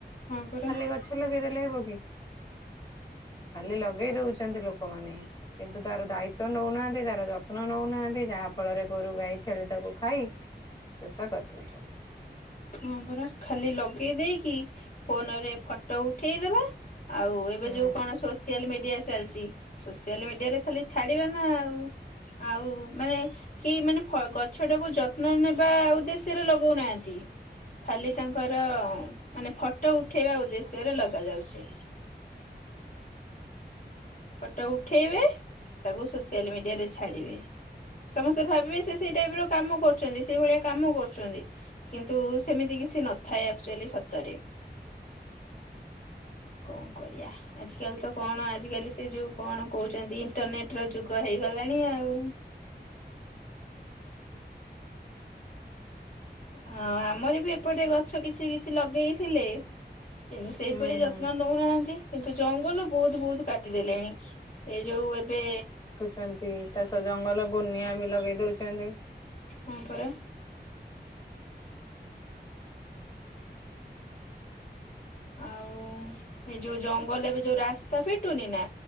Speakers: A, on the left (about 50°); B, on the left (about 25°).
A: ହଁ ପରା।
B: ଖାଲି ଗଛ ଲଗେଇଦେଲେ ହେବ କି? ଖାଲି ଲଗେଇ ଦଉଛନ୍ତି ଲୋକମାନେ। କିନ୍ତୁ ତାର ଦାୟିତ୍ୱ ନଉନାହାନ୍ତି ତାର ଯତ୍ନ ନଉନାହାନ୍ତି ଯାହା ଫଳରେ ଗୋରୁ ଗାଈ ଛେଳି ତାକୁ ଖାଇ ଶେଷ କରିଦେଉଛନ୍ତି।
A: ହଁ ପରା ଖାଲି ଲଗେଇ ଦେଇକି ଫୋନ ରେ ଫଟୋ ଉଠେଇଦବା। ଆଉ ଏବେ
B: ହୁଁ
A: ଯୋଉ କଣ ସୋସିଆଲ ମିଡିଆ ଚାଲିଛି। ସୋସିଆଲ ମିଡିଆରେ ଖାଲି ଛାଡିବ ନା ଆଉ। ଆଉ ମାନେ କେହି ମାନେ ଫ ଗଛ ଟାକୁ ଯତ୍ନ ନେବା ଉଦ୍ଦେଶ୍ୟ ସେରେ ଲଗଉନାହାନ୍ତି। ଖାଲି ତାଙ୍କର ମାନେ ଫଟୋ ଉଠେଇବା ଉଦ୍ଦେଶ୍ୟରେ ଲଗା ଯାଉଛି। ଫଟୋ ଉଠେଇବେ ତାକୁ ସୋସିଆଲ ମିଡିଆ ରେ ଛାଡିବେ। ସମସ୍ତେ ଭାବିବେ ସେ ସେଇ ଟାଇପ ର କାମ କରୁଛନ୍ତି ସେଇ ଭଳିଆ କାମ କରୁଛନ୍ତି। କିନ୍ତୁ ସେମିତି କିଛି ନଥାଏ ଆକ୍ଚୁଆଲି ସତରେ। କଣ କରିବାଆ। ଆଜିକାଲି ତ କଣ ଆଜିକାଲି ସେ ଯୋଉ କଣ କହୁଛନ୍ତି ଇଣ୍ଟରନେଟ ର ଯୁଗ ହେଇଗଲାଣି ଆଉ। ହଁ ଆମର ବି ଏପଟେ ଗଛ କିଛି କିଛି ଲଗେଇଥିଲେ। କିନ୍ତୁ ସେଇପରି
B: ହୁଁ
A: ଯତ୍ନ
B: ହୁଁ।
A: ନଉନାହାନ୍ତି କିନ୍ତୁ ଜଙ୍ଗଲ ବହୁତ ବହୁତ କାଟିଦେଲେଣି। ଏ ଯୋଉ ଏବେ
B: ଛନ୍ତି ତା ସହ ଜଙ୍ଗଲ ଗୁନିଆ ବି ଲଗେଇ ଦଉଛନ୍ତି।
A: ହଁ ପରା। ଆଉ ଏଇ ଯୋଉ ଜଙ୍ଗଲ ଏବେ ଯୋଉ ରାସ୍ତା ଫିଟୁନି ନା।